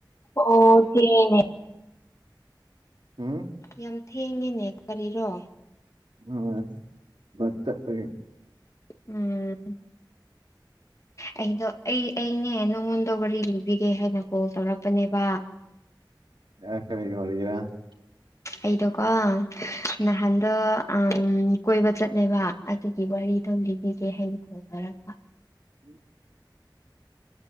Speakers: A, on the left; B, on the right.
A: <unintelligible>
B: ꯍꯨꯝ
A: ꯌꯥꯝ ꯊꯦꯡꯉꯤꯅꯦ ꯀꯔꯤꯔꯣ
B: <unintelligible>
A: ꯎꯝ ꯑꯩꯗꯣ ꯑꯩ ꯑꯩꯅꯦ ꯅꯉꯣꯟꯗ ꯋꯥꯔꯤ ꯂꯤꯕꯤꯒꯦ ꯍꯩꯅ ꯀꯣꯜ ꯇꯧꯔꯛꯄꯅꯦꯕ
B: <unintelligible>
A: ꯑꯩꯗꯣꯀꯣ ꯅꯍꯥꯟꯗꯣ ꯑꯥꯝ ꯀꯣꯏꯕ ꯆꯠꯂꯦꯕ ꯑꯗꯨꯒꯤ ꯋꯥꯔꯤꯗꯣ ꯂꯤꯕꯤꯒꯦ ꯍꯩꯅ ꯀꯣꯜ ꯇꯧꯔꯛꯄ
B: <inaudible>